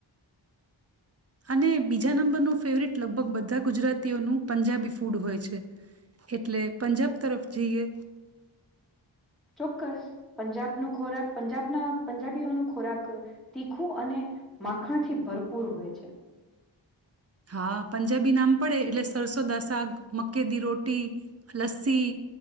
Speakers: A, on the right; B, in the centre.
A: અને બીજા નંબરનું ફેવરિટ લગભગ બધા ગુજરાતીઓનું પંજાબી ફૂડ હોય છે, એટલે પંજાબ તરફ જઈએ.
B: ચોક્કસ પંજાબનું ખોરાક પંજાબના પંજાબીઓનું ખોરાક, તીખું અને માખણથી ભરપૂર હોય છે.
A: હા પંજાબી નામ પડે એટલે સરસોદા શક, મકેદી રોટી, લસ્સી